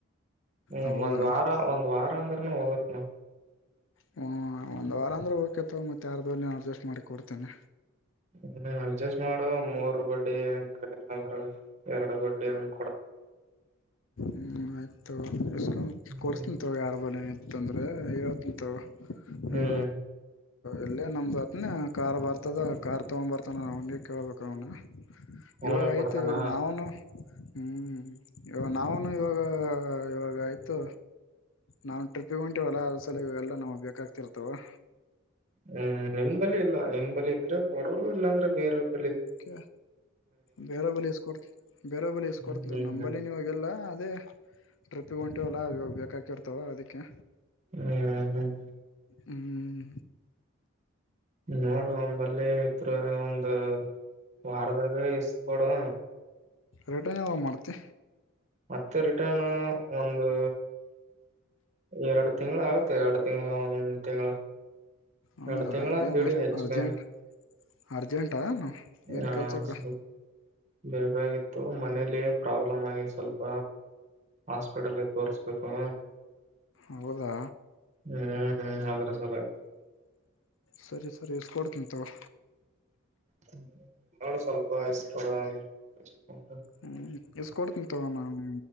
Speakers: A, on the right; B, on the left.
A: ಹ್ಮ್
B: ಹೌದಾ
A: ಒಂದ್ ವಾರ ಒಂದ್ ವಾರ ಅಂದ್ <unintelligible> ಹೋಗತ್ನ.
B: ಹೂ ಒಂದ್ ವಾರ ಅಂದ್ರೆ ಓಕೆ ತಗೊ ಮತ್ ಯಾರತ್ರುನು ಅಡ್ಜಸ್ಟ್ ಮಾಡಿ ಕೊಡ್ತೇನೆ.
A: ಹ್ಮು ಅಡ್ಜಸ್ಟ್ ಮಾಡುವ ಮೂರ್ ಬಡ್ಡಿ ಯಂಗ ಇಲ್ಲ ಅಂದ್ರ ಎರ್ಡ್ ಬಡ್ಡಿ ಹಂಗ್
B: ಹ್ಮು ಆಯ್ತ್ ತಗೊ ಇಸ್ಕ ಬಂದ್ ಕೊಡ್ಸ್ತೀನ್
A: ಹ್ಮ್
B: ತಗೊ ಯಾರ್ <unintelligible> ತಂದ್ರೆ ಹೇಳ್ತಿನ್ ತಗೋ. ಹಾಆ.
A: ಹ್ಮ್
B: ಇಲ್ಲೇ ನಮ್ದ್ ಹತ್ನ್ಯಾ ಕಾರ್ ಬರ್ತದ ಕಾರ್ ತಗೊಂಬರ್ತಾನ ಅವಾಗ್ ಅಂಗೆ ಕೇಳ್ಬೇಕ್ ಅವ್ನ
A: ಅವನು
B: ಇವಾಗ್
A: ಕೊಡ್ತಾನ
B: ಐತೆ ಇವಾಗ್ ನಾವುನೂ ಹ್ಮು. ಹ್ಮ್ ಯೋ ನಾವೂನು ಇವಾಗ ಆ ಇವಾಗಾಯ್ತು ನಾವು ಟ್ರಿಪ್ಪಿಗೆ ಹೊಂಟಿವಲ್ಲ ಅದ್ರ್ ಸಲುವಾಗಿ ಇವೆಲ್ಲ ನಮ್ಗ್ ಬೇಕಾಗ್ತಿರ್ತದಲ್ಲ.
A: ಹ್ಮ್ ನಿಮ್ ಅಲ್ಲಿ ಇಲ್ಲಾ ನಿನ್ ಬಲಿ ಇದ್ರ? ಕೊಡು ಇಲ್ಲ ಅಂದ್ರೆ ಬೇರೆ ಅವ್ರ್
B: ಕ್ಯಾ ಬೇರು ಬಲಿ ಇಸ್ಕೊಡ್ತಿನ್ ಬೇರ ಬಲಿ ಇಸ್ಕೊಡ್ತಿವ್
A: ಹ್ಮ್
B: ನಂಬಲ್ಲಿ
A: ಹ್ಮ್ ಹ್ಮ್
B: ನೀವಾಗಲ್ಲ ಅದೇ ಟ್ರಿಪ್ ಗ್ ಹೋಂಟಿವಲ್ಲಾ ಅವ್ ಇವಾಗ ಬೇಕಾಕಿರ್ತಾವ ಅದಕ್ಕೆ
A: ಊ ಹ್ಮ್
B: ಹ್ಮ್
A: ನೋಡ ಒನ್ ಬಲ್ಲಿ ಇತ್ರ ಒಂದು ವಾರದಾಗ ಇಸ್ಕೊಡು.
B: ರಿಟರ್ನ್ ಯಾವಾಗ ಮಾಡ್ತಿ?
A: ಮತ್ತೆ ರಿಟರ್ನ್ ಒಂದು ಎರ್ಡ ತಿಂಗ್ಳ ಆಗುತ್ತೆ ಎರ್ಡ ತಿಂಗ್ಳ ಒಂದ್ ತಿಂಗ್ಳ
B: ಹೌದಾ
A: ಎರ್ಡ ತಿಂಗ್ಳ ಅಂತಡಿ
B: ಏನ್
A: ಹೆಚ್ಚು
B: ಅರ್ಜೆಂಟ್
A: ಕಮ್ಮಿ
B: ಅರ್ಜೆಂಟಾ ಏನ್
A: ಹಾ
B: ಕೆಲ್ಸಕ್ಕ
A: ಸರಿ ಬೇಕಾಗಿತ್ತು ಮನೇಲಿ ಪ್ರಾಬ್ಲಮ್ ಆಗಿ ಸ್ವಲ್ಪ ಹಾಸ್ಪಿಟಲ್ಗೆ ತೋರ್ಸ್ಬೇಕು
B: ಹೌದಾ
A: ಹ್ಮ್ ಅದ್ರ ಸಲುವಾಗಿ
B: ಸರಿ ಸರಿ ಇಸ್ ಕೊಡ್ತಿನ್ ತೊಗೊ
A: ಹ್ಮ ನೋಡ ಸ್ವಲ್ಪ ಇಷ್ಟ ಕೊಡುವ ಇಸ್ ಕೋಡ್
B: ಹ್ಮ್ ಇಸ್ ಕೊಡ್ತಿನ್ ತೊಗೊ ನನ್